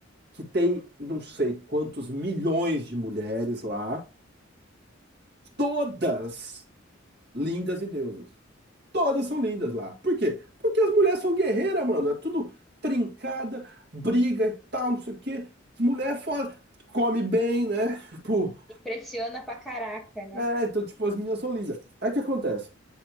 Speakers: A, on the right (about 55°); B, in the centre.
A: que tem não sei quantos milhões de mulheres lá, todas lindas e deusas. Todas são lindas lá. Por quê? Porque as mulheres são guerreiras, mano. É tudo trincada, briga e tal, não sei o quê. Mulher é foda, come bem, né? <laughs> Tipo,
B: Impressiona pra caraca, né?
A: é, então, tipo, as meninas são lindas. Aí o que acontece?